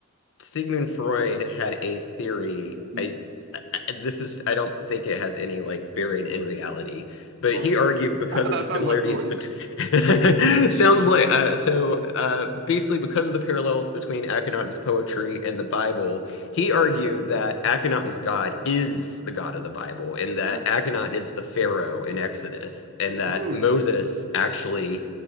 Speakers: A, on the left; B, on the right.
A: sigmund freud had a theory
B: Hmm,
A: i this is I don't think it has any like bearing in reality, but
B: right.
A: he argued because
B: <laughs>
A: of
B: That
A: the similarities
B: sounds like Freud.
A: between <laughs> sounds like uh, so uh, basically because of the parallels between Akhenaten's poetry and the Bible, he argued that Akhenaten's God is the God of the Bible, and that
B: Yeah.
A: Akhenaten is the Pharaoh in Exodus, and that
B: Oh,
A: Moses actually